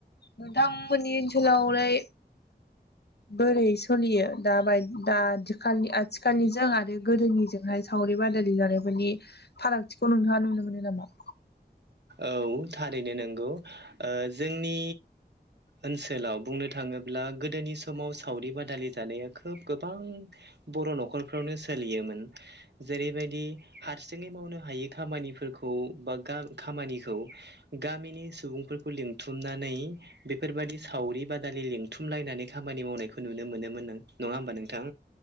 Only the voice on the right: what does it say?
औ थारैनो नंगौ ओ जोंनि ओनसोलाव बुंनो थाङोब्ला गोदोनि समाव सावरि बादालि जानाया खोब गोबां बर' न'खरफ्रावनो सोलियोमोन। जेरैबायदि हारसिङै मावनो हायै खामानिफोर खौ बा गाल खामानिखौ गामिनि सुबुंफोरखौ लिंथुमनानै बेफोरबादि सावरि बादालि लिंथुमलायनानै खामानि मावनायखौ नुनो मोनोमोन नों नङा होमबा नोंथां